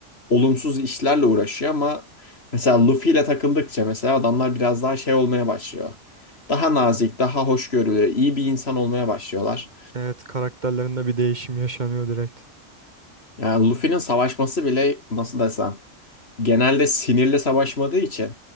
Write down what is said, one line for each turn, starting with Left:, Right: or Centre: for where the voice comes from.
Left: olumsuz işlerle uğraşıyor ama mesela Luffy ile takıldıkça mesela adamlar biraz daha şey olmaya başlıyor. Daha nazik, daha hoşgörülü, iyi bir insan olmaya başlıyorlar.
Right: Evet karakterlerinde bir değişim yaşanıyor direkt.
Left: Yani Luffy'nin savaşması bile nasıl desem genelde sinirli savaşmadığı için